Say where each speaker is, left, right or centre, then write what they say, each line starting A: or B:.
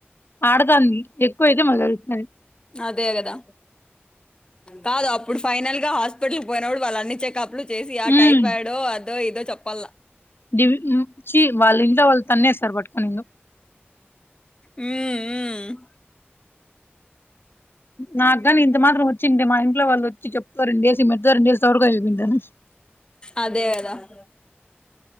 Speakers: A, on the left; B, on the left.
A: ఆడదాంది ఎక్కువైతే మళ్ళ అరుస్తది
B: అదేగదా కాదు అప్పుడు ఫైనల్ గా హాస్పిటల్ పోయినప్పుడు వాళ్ళు అన్ని చెకప్లు చేసి ఆ
A: హ్మ్.
B: టైఫాయిడో అదో ఇదో చెప్పాలా
A: డివిచ్చి వాళ్ళు ఇంట్లో వాళ్ళు తన్నేస్తారు పట్టుకొని నిన్ను
B: ఉమ్ ఉమ్
A: నాకుగానీ ఇంత మాత్రం వచ్చింటే మా ఇంట్లో వాళ్ళు వచ్చి చెప్తారు రెండేసి మెడద రెండేసి సపుడు వింటరు
B: అదే గదా ద